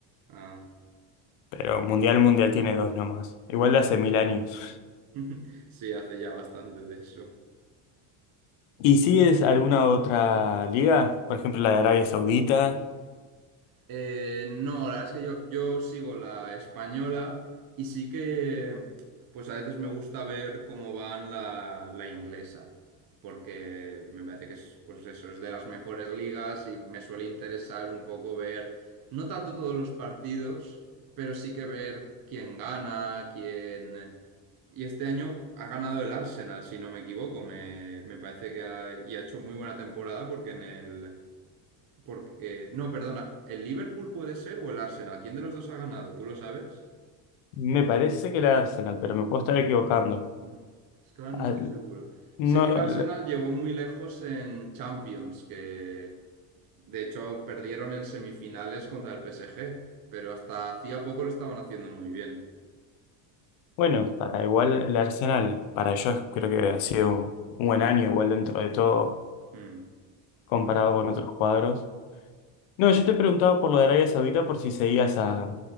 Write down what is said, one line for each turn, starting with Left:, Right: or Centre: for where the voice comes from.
Right: ah,
Left: pero mundial, mundial tiene dos nomás. Igual
Right: mm.
Left: de hace mil años.
Right: <laughs> Sí, hace ya bastante de eso.
Left: ¿Y si es alguna otra liga? Por ejemplo, la de Arabia Saudita.
Right: Eh, no, la verdad es que yo, yo sigo la española y sí que pues a veces me gusta ver cómo van la, la inglesa, porque me parece que es, pues eso, es de las mejores ligas y me suele interesar un poco ver, no tanto todos los partidos, pero sí que ver quién gana, quién... Y este año ha ganado el Arsenal, si no me equivoco, me, me parece que ha, y ha hecho muy buena temporada porque en el... Porque, no, perdona, ¿el Liverpool puede ser o el Arsenal? ¿Quién de los dos ha ganado? ¿Tú lo sabes?
Left: Me parece que la de Arsenal, pero me puedo estar equivocando.
Right: Mm, Es que ahora
Left: Al-
Right: no estoy seguro.
Left: No,
Right: Sé que el Arsenal llegó muy lejos en Champions, que de hecho perdieron en semifinales contra el PSG, pero hasta hacía poco lo estaban haciendo muy bien.
Left: Bueno, para igual el Arsenal, para ellos creo que ha sido un buen año, igual dentro de todo,
Right: Mm.
Left: comparado con otros cuadros. No, yo te preguntaba por lo de Arabia Saudita por si seguías a,